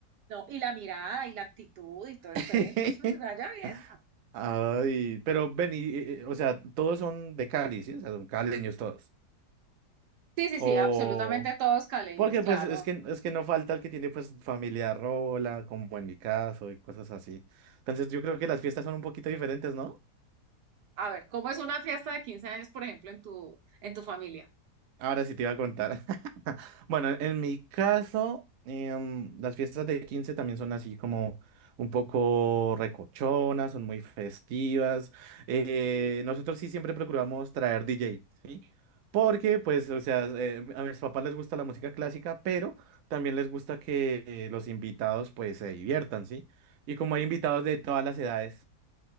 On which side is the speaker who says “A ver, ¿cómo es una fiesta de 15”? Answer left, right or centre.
Right